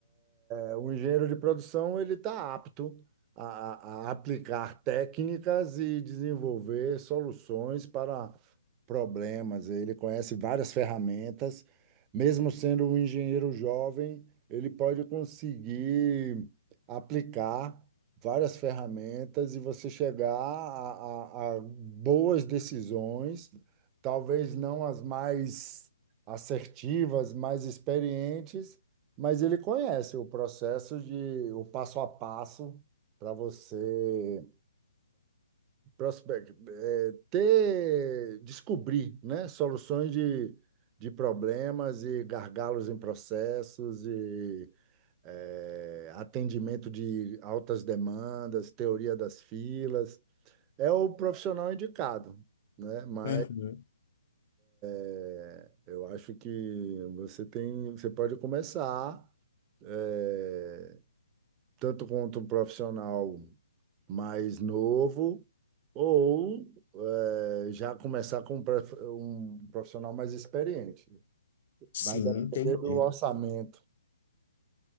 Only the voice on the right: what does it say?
é, o engenheiro de produção ele está apto a, a- a aplicar técnicas e desenvolver soluções para problemas. Ele conhece várias ferramentas. Mesmo sendo um engenheiro jovem, ele pode conseguir aplicar várias ferramentas e você chegar a, a a boas decisões, talvez não as mais assertivas, mais experientes mas ele conhece o processo de o passo a passo para você prospe- eh, ter, descobrir, né, soluções de, de problemas e gargalos em processos e eh, atendimento de altas demandas, teoria das filas. É o profissional indicado, né? Mas
é, eu acho que você tem, você pode começar eh, tanto quanto um profissional mais novo, ou eh, já começar com um prof- um profissional mais experiente.
Vai depender
do orçamento.